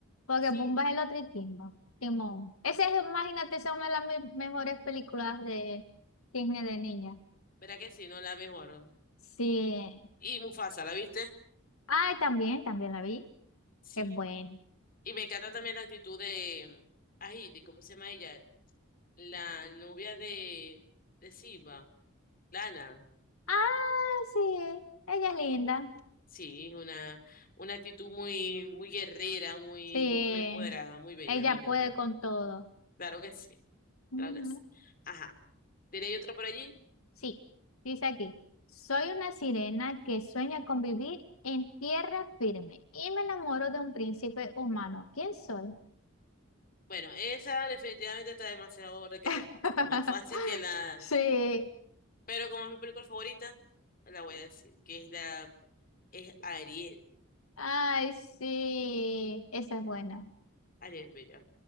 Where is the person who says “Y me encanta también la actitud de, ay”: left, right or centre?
Left